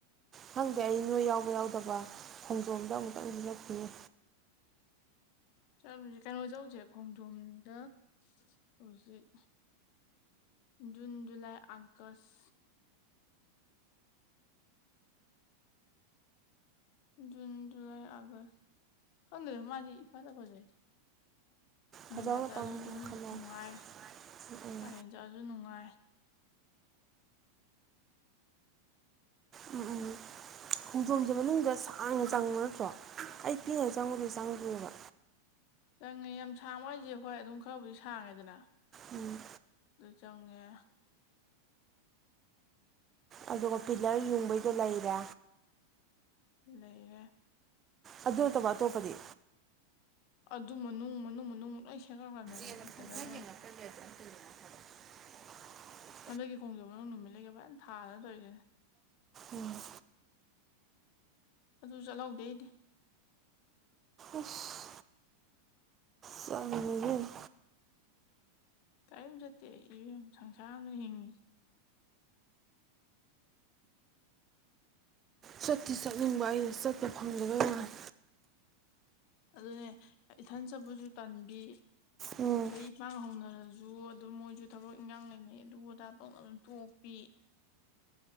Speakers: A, on the right; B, on the left.
A: ꯈꯪꯗꯦ ꯑꯩ ꯅꯣꯏ ꯌꯥꯎꯕ ꯌꯥꯎꯗꯕ ꯈꯣꯡꯖꯣꯝꯗ ꯑꯃꯨꯛꯇꯪꯗꯤ ꯆꯠꯈꯤꯅꯤ
B: ꯆꯠꯂꯨꯁꯦ ꯀꯩꯅꯣ ꯆꯧꯁꯦ ꯈꯣꯡꯖꯣꯝꯗ ꯍꯧꯖꯤꯛ June July August June July August ꯈꯪꯗꯦꯗ ꯃꯥꯗꯤ ꯏꯐꯥꯗ ꯐꯥꯖꯩꯗ ꯏꯪꯗꯝꯗꯥ
A: ꯐꯖꯕ ꯃꯇꯝ
B: ꯆꯠꯂꯁꯨ ꯑꯗꯨꯝ
A: ꯀꯩꯅꯣ
B: ꯅꯨꯡꯉꯥꯏ
A: ꯎꯝ
B: ꯀꯥꯂꯦꯟ ꯆꯠꯂꯖꯨ ꯅꯨꯡꯉꯥꯏ
A: ꯎꯝ ꯎꯝ ꯈꯣꯡꯖꯣꯝꯁꯦ ꯃꯅꯨꯡꯗ ꯁꯥꯡꯅ ꯆꯪꯕ ꯅꯠꯇ꯭ꯔꯣ ꯑꯩ ꯄꯤꯉꯩ ꯆꯪꯕꯗꯩ ꯆꯪꯗꯔꯤꯕ
B: ꯆꯪꯉꯦ ꯌꯥꯝ ꯁꯥꯡꯕ ꯍꯥꯏꯏꯁꯦ ꯍꯣꯏ ꯑꯗꯨꯝ ꯈꯔꯕꯨꯗꯤ ꯁꯥꯡꯉꯦꯗꯅ
A: ꯎꯝ
B: ꯑꯗꯨ ꯆꯪꯉꯦ
A: ꯑꯗꯨꯒ ꯄꯤꯂꯔ ꯌꯨꯡꯕꯩꯗꯣ ꯂꯩꯔꯦ
B: ꯂꯩꯔꯦ
A: ꯑꯗꯨꯅꯠꯇꯕ ꯑꯇꯣꯞꯄꯗꯤ
B: ꯑꯗꯨ ꯃꯅꯨꯡ ꯃꯅꯨꯡ ꯃꯅꯨꯡ ꯂꯣꯏ ꯁꯦꯒꯠꯈꯔꯕꯅꯦ ꯍꯟꯗꯛꯇꯤ
A: ꯌꯦꯟꯅ
B: ꯐꯖꯒꯔꯝꯅꯦ
A: <unintelligible>
B: ꯍꯟꯗꯛꯀꯤ ꯈꯣꯡꯖꯣ ꯃꯅꯨꯡ ꯅꯨꯃꯤꯠ ꯂꯩꯒ ꯐꯖ ꯊꯥꯗꯅ ꯇꯧꯏꯗꯨꯅꯤ
A: ꯎꯝ
B: ꯑꯗꯨꯁꯨ ꯆꯠꯂꯧꯗꯦ ꯑꯩꯗꯤ
A: ꯑꯁ ꯆꯝꯃꯤꯅꯤ ꯏꯕꯦꯝꯃ
B: ꯀꯔꯤꯝ ꯆꯠꯇꯦ ꯑꯩ ꯏꯕꯤꯝ ꯁꯪꯁꯥꯔ ꯑꯃꯗꯅꯦ ꯍꯤꯡꯉꯤꯖꯦ
A: ꯆꯠꯇꯤ ꯆꯠꯅꯤꯡꯕ ꯑꯩꯅ ꯆꯠꯄ ꯐꯪꯗꯕꯩ ꯋꯥꯥꯅꯤ
B: ꯑꯗꯨꯅꯦ ꯏꯊꯟ ꯆꯠꯄꯁꯨ ꯇꯟꯕꯤ
A: ꯎꯝ
B: ꯑꯩ ꯏ ꯄꯥꯡ ꯍꯧꯅꯔꯁꯨ ꯑꯗꯨꯝ ꯃꯣꯏꯁꯨ ꯊꯕꯛ ꯏꯟꯈꯥꯡ ꯂꯩꯅꯩ ꯑꯗꯨ ꯑꯗꯥ ꯇꯧꯅꯔ ꯑꯗꯨꯝ ꯇꯣꯛꯄꯤ <inaudible>